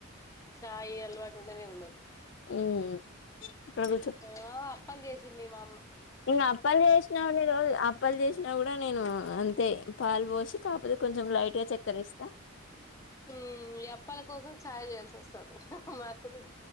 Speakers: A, on the left; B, on the left.
A: చాయి అలవాటు ఉండనే ఉండొద్దు.
B: ఉమ్ అక్కడ కూర్చో
A: ఏవో అప్పల్ చేసింది మ
B: ఇంగ అప్పల్ చేసిన్ రోజ్ అప్పల్ చేసినా గుడా నేను అంతే పాలు పోసి కాకపోతే కొంచెం లైట్గా చక్కెర ఏస్త
A: మ్ ఈ అప్పల కోసం చాయ్ చేయాల్సి వస్తాది. మా అక్క బిడ్డ